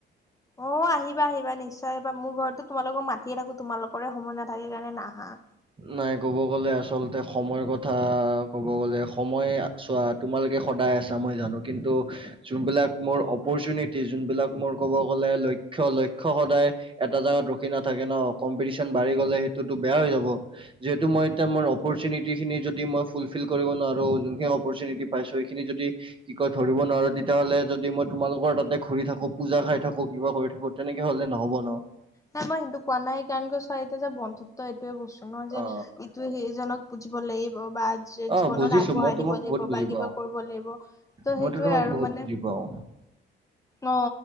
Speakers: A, on the left; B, on the right.
A: অ আহিবা আহিবা নিশ্চয় আহিবা মোৰ ঘৰতো তোমালোকক মায়ে থাকো তোমালোকৰে সময় নাথাকে কাৰণে নাহা।
B: নাই ক'ব গ'লে আচলতে সময়ৰ কথা ক'ব গ'লে সময়ে। চোৱা তোমালোকে সদায় আছা মই জানো কিন্তু। যোনবিলাক মোৰ অপৰচুনিটি যোনবিলাক মোৰ ক'ব গ'লে লক্ষ্য লক্ষ্য সদায়- এটা জাগাত ৰখি নাথাকে ন কম্পিটিশন বাঢ়ি গ'লে সেইটোতো বেয়া হৈ যাব। যিহেতু মই এতিয়া মোৰ অপৰচুনিটিখিনি যদি মই ফুলফিল কৰিব নোৱাৰো যোনখিনি অপৰচুনুটি পাইছো সেই খিনি যদি- কি কয় ধৰিব নোৱাৰো তেতিয়াহলে যদি মই তোমালোকৰ তাতে ঘুৰি থাকো পূজা খাই থাকো কিবা কৰি থাকো। তেনেকে হ'লে নহ'ব ন।
A: নাই মই সেইটো কোৱা নাই কাৰণ ক ছোৱা এটা যে বন্ধত্ব ত এইটোয়ে বস্তু ন যে
B: অ
A: ইটোয়ে সিজনক বুজিব লাগিব বা জীৱনত
B: অ বুজিছো
A: আগবঢ়াই
B: মই
A: দিব।
B: তোমাক
A: বা
B: বহুত বুজি
A: কিবা
B: পাওঁ
A: কৰিব লাগিব ত'
B: মইতো
A: সেইটোয়ে
B: তোমাক
A: আৰু
B: বহুত
A: মানে।
B: বুজি পাওঁ।
A: অ